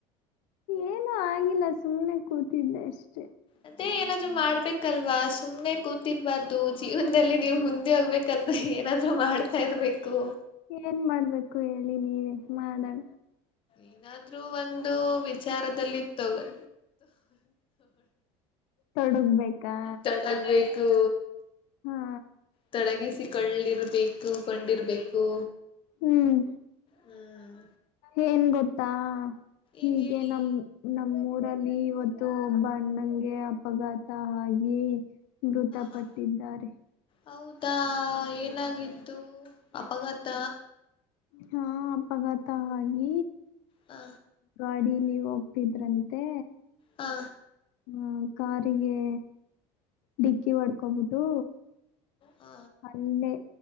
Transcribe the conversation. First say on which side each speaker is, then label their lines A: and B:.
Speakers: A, on the left (about 75°); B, on the left (about 40°).
A: ಏನು ಆಗಿಲ್ಲ ಸುಮ್ನೆ ಕೂತಿದ್ದೆ ಅಷ್ಟೆ
B: ಅದೇ ಏನಾದ್ರು ಮಾಡ್ಬೇಕು ಹಲ್ವಾ ಸುಮ್ನೆ ಕೂತಿರ್ಬಾರ್ದು ಜೀವನದಲ್ಲಿ ನೀವು ಮುಂದೆ ಹೋಗ್ಬೇಕಂದ್ರೆ ಏನಾದ್ೂ ಮಾಡ್ತಾ ಇರ್ಬೇಕು
A: ಏನ್ ಮಾಡ್ಬೇಕು ಹೇಳಿ ನೀವ ಮಾಡಣ
B: ಏನಾದ್ೂ ಒಂದು ವಿಚಾರದಲ್ಲಿ ತಗ
A: ತೊಡಗ್ಬೇಕಾ
B: ತೊಡಗ್ಬೇಕು
A: ಹಾ
B: ತಡಗಿ ಸಿಕ್ಕ ಕಳ್ಳಿರ್ಬೇಕು ಕಂಡಿರ್ಬೇಕು
A: ಹ್ಮ್
B: ಹ್ಮ್
A: ಏನ್ ಗೊತ್ತಾ ಹೀಗೆ
B: ಏನ್ ಹೇಳಿ
A: ನಮ್ಮ ನಮ್ಮೂಊರಲ್ಲಿ ಇವತ್ತು ಒಬ್ಬ ಅಣ್ಣಾಗೆ ಅಪಘಾತ ಹಾಗಿ ಮೃತಪಟ್ಟಿದ್ದಾರೆ
B: ಹ ಹೌದಾ ಏನಾಗಿತ್ತು ಅಪಘಾತ
A: ಹಾ ಅಪಘಾತ ಹಾಗಿ
B: ಹಾ
A: ಅಡಿಲಿ ಹೋಗ್ತಿದ್ರಂತೆ
B: ಹಾ
A: ಹ್ಮ ಕಾರಿಗೆ ಡಿಕ್ಕಿ ಹೊಡ್ಕೊಬಿಟ್ಟು
B: ಹ
A: ಅಲ್ಲೆ